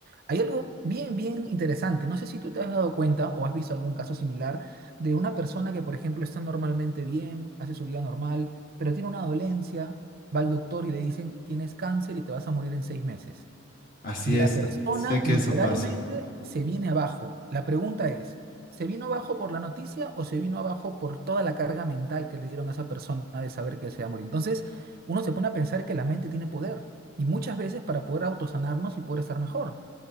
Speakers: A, on the right (about 45°); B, on the left (about 45°).
A: hay algo bien, bien interesante. No sé si tú te has dado cuenta o has visto algún caso similar de una persona que, por ejemplo, está normalmente bien, hace su vida normal, pero tiene una dolencia, va al doctor y le dicen, tienes cáncer y te vas a morir en seis meses.
B: Así
A: Y la
B: es,
A: persona
B: sé que
A: literalmente
B: eso pasa.
A: se viene abajo. La pregunta es, ¿se vino abajo por la noticia o se vino abajo por toda la carga mental que le dieron a esa persona de saber que se va a morir? Entonces, uno se pone a pensar que la mente tiene poder y muchas veces para poder autosanarnos y poder estar mejor.